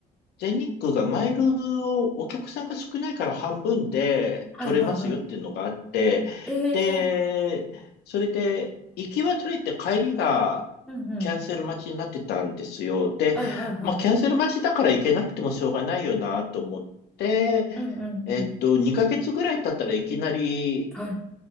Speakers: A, on the left; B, in the centre.
A: 全日空がマイルをお客さんが少ないから半分で取れますよっていうのがあって、
B: はいはいはい。ええ。
A: で、それで行きは取れて帰りが
B: うんうん。
A: キャンセル待ちになってたんですよ。で、
B: はいはいはい。
A: まあキャンセル待ちだから行けなくてもしょうがないよなと思って、
B: うんうんうん。
A: えっと、2ヶ月ぐらい経ったらいきなり、
B: はい。